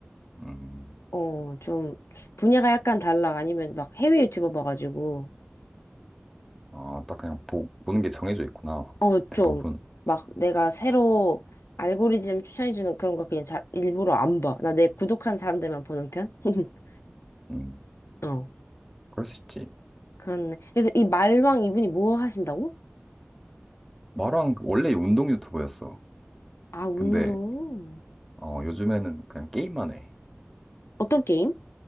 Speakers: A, in the centre; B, on the left.
A: 음,
B: 어, 좀, 분야가 약간 달라. 아니면 막 해외 유튜버 봐가지고,
A: 아, 딱 그냥 보, 보는 게 정해져 있구나.
B: 어,
A: 대부분.
B: 좀, 막 내가 새로 알고리즘 추천해주는 그런 거 그냥 잘, 일부러 안 봐. 나 내 구독한 사람들만 보는 편? <laughs>
A: 음,
B: 어.
A: 그럴 수 있지.
B: 그렇네. 그래서 이 말왕 이분이 뭐 하신다고?
A: 마루랑 원래 운동 유튜버였어.
B: 아, 운동.
A: 근데, 어, 요즘에는 그냥 게임만 해.
B: 어떤 게임?